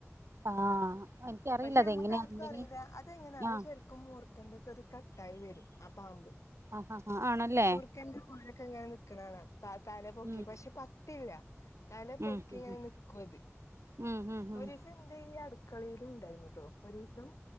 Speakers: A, on the right; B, on the left.
A: ആഹ് എനിക്കറിയില്ല
B: പഷെ
A: അതെങ്ങനെയാ
B: അമ്മക്കാർക്കു
A: കമ്പനി
B: അറീല അതെങ്ങനാ അറിയൊ
A: ആഹ്
B: ശ രിക്കും മൂർക്കന്റെക്കൊരു കട്ടായി വരും ആ പാമ്പ്
A: ആഹ് ആഹ് ആഹ് ആണല്ലേ
B: ക്കന്റെ പോലൊക്കെ ഇങ്ങനെ നിക്ക്‌ണാണ തല പൊക്കി
A: ഉം
B: പഷെ പത്തില്ല തല പൊക്കിങ്ങനെ
A: ഉം ഉം
B: നിക്കുത്
A: ഉം ഉം ഉം
B: ഒര് പ്പന്റീ ഈ അട്ക്കളീലും ഇണ്ടായിനുട്ടോ ഒരീസം